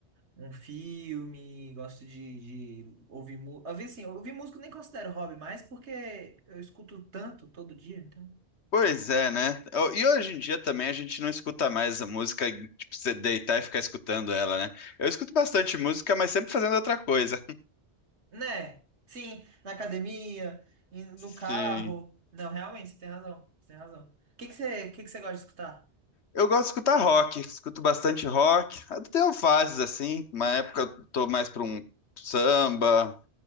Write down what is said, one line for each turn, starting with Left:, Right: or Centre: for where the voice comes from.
Right: um filme, gosto de, de ouvir música. Às vezes, assim, ouvir música eu nem considero hobby mais porque eu escuto tanto todo dia, então.
Left: Pois é, né? Eu- E hoje em dia também a gente não escuta mais a música, tipo, você deitar e ficar escutando ela, né? Eu escuto bastante música, mas sempre fazendo outra coisa.
Right: Né? Sim, na academia, em-
Left: <laughs>
Right: no carro.
Left: Sim.
Right: Não, realmente, você tem razão. Você tem razão. O que que você, o que que você gosta de escutar?
Left: Eu gosto de escutar rock, escuto bastante rock. Eu Tenho fases assim, uma época eu tô mais pra um samba,